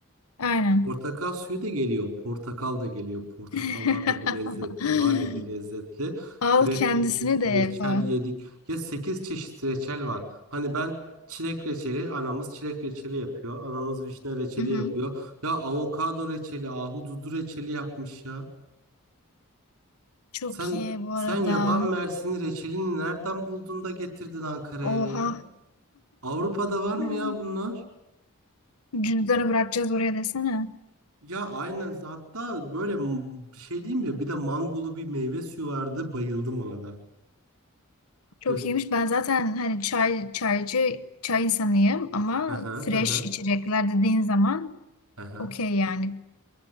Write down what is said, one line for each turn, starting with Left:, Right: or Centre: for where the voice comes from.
Left: Aynen.
Right: Portakal suyu da geliyor, portakal da geliyor. Portakallar
Left: <laughs>
Right: da bir lezzetli var ya bir lezzetli.
Left: Al
Right: Krep
Left: kendisini
Right: yedik,
Left: de
Right: reçel
Left: falan.
Right: yedik. Ya 8 çeşit reçel var. Hani ben çilek reçeli, anamız çilek reçeli yapıyor. Anamız vişne reçeli
Left: Hı hı.
Right: yapıyor. Ya avokado reçeli, ahududu reçeli yapmış ya.
Left: Çok
Right: Sen
Left: iyi bu
Right: sen
Left: arada.
Right: yaban mersini reçelini nereden buldun da getirdin Ankara'ya
Left: Oha.
Right: ya? Avrupa'da var
Left: <laughs>
Right: mı ya bunlar?
Left: Cüzdanı bırakacağız oraya desene.
Right: Ya aynen hatta böyle m- bir şey diyeyim mi? bir de mangolu bir meyve suyu vardı bayıldım ona da.
Left: Çok
Right: Hep-
Left: iyiymiş. Ben zaten hani çay çaycı çay insanıyım ama
Right: Hı hı
Left: fresh
Right: hı hı.
Left: içecekler dediğin zaman
Right: hı hı.
Left: okey yani.